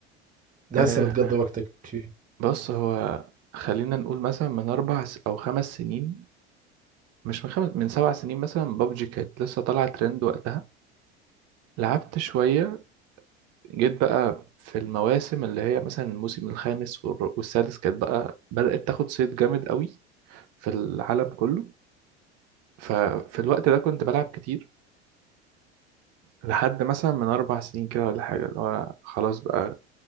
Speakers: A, on the right; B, on the right.
A: لهسه
B: آه،
A: بتقضي وقتك فيه
B: بص هو خلينا نقول مثلا من اربع س- او خمس سنين مش من خمس من سبع سنين مثلا بابجي كانت لسه طالعه ترند وقتها لعبت شويه جيت بقى في المواسم اللي هي مثلا الموسم الخامس والر- والسادس كانت بقى بدأت تاخد صيت جامد قوي في العالم كله ففي الوقت ده كنت بلعب كتير لحد مثلا من أربع سنين كده ولا حاجة اللي هو خلاص بقى